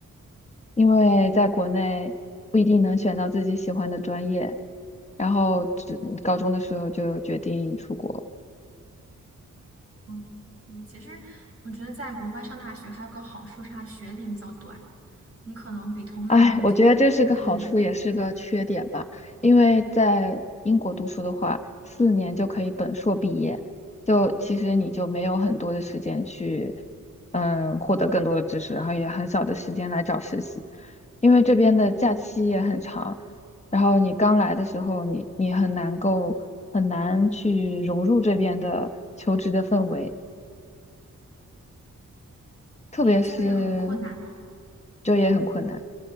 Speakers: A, on the left (about 20°); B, on the right (about 45°).
A: 因为在国内不一定能选到自己喜欢的专业，然后只高中的时候就决定出国。
B: 嗯嗯，其实我觉得在国外上大学还有个好处是它学历比较短，你可能比同龄人就毕业，
A: 哎，我觉得这是个好处，也是个缺点吧。因为在英国读书的话，四年就可以本硕毕业，就其实你就没有很多的时间去，嗯，获得更多的知识，然后也很少的时间来找实习，因为这边的假期也很长，然后你刚来的时候你，你很难够很难去融入这边的求职的氛围。特别是
B: 你就业很困难嘛。
A: 就业很困难。